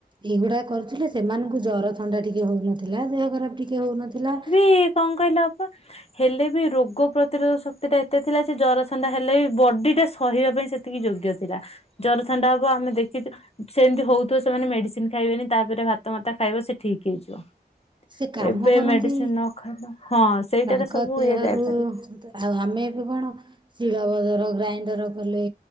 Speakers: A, on the right (about 30°); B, on the left (about 35°).
A: ଏଇଗୁଡା କରୁଥିଲେ ସେମାନଙ୍କୁ ଜର ଥଣ୍ଡା ଟିକେ ହଉନଥିଲା ଦେହ ଖରାପ ଟିକେ ହଉନଥିଲା।
B: ଏ କଣ କହିଲ
A: <inaudible>
B: ହେଲେ ବି ରୋଗ ପ୍ରତିରୋଧ ଶକ୍ତି ଟା ଏତେ ଥିଲା ଯେ ଜର ଥଣ୍ଡା ହେଲେ ବି ବଡି ଟା ସହିବା ପାଇଁ ସେ ଏତିକି ଯୋଗ୍ୟ ଥିଲା ଜର ଥଣ୍ଡା ହବ ଆମେ ଦେଖ ସେମିତି ହଉଥିବ ସେମାନେ ମେଡିସିନ ଖାଇବେନି ତାପରେ ଭାତ ମାତା ଖାଇବ ସେ ଠିକ୍ ହେଇଯିବ।
A: ସେ କାମ
B: ଏବେ
A: କରନ୍ତି
B: ମେଡିସିନ ନ ଖାଇଲା ହଁ। ସେଇଟାରେ
A: ତାଙ୍କ
B: ସବୁ
A: ଦେହରୁ
B: ଇଏ ଯାଇପାରିବ
A: ଆଉ ଆମେ ଏବେ କଣ ଶିଳ ବଜର ଗ୍ରାଇଣ୍ଡର କଲେ।